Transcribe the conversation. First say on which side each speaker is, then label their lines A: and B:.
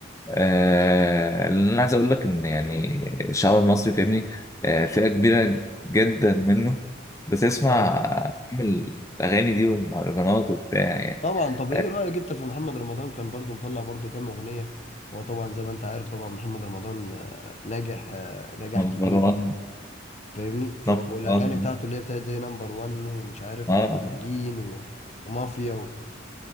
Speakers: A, on the left (about 15°); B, on the left (about 40°).
A: آه، اللي انا عايز اقول لك ان يعني الشعب المصري فاهمني آه، فئه كبيره جدا منه بتسمع
B: اه
A: الاغاني دي والمهرجانات وبتاع يعني
B: طبعا طب
A: آه،
B: ايه رأيك انت في محمد رمضان كان برضو مطلع برضو كام اغنية هو طبعا زي ما انت عارف طبعا محمد رمضان آه، ناجح آه، نجاح
A: نمبر
B: كبير
A: 1
B: فاهمني فالاغاني
A: نمبر 1
B: بتاعته اللي هي بتاعت زي نمبر وان ومش عارف
A: اه
B: وبلالين و- ومافيا و...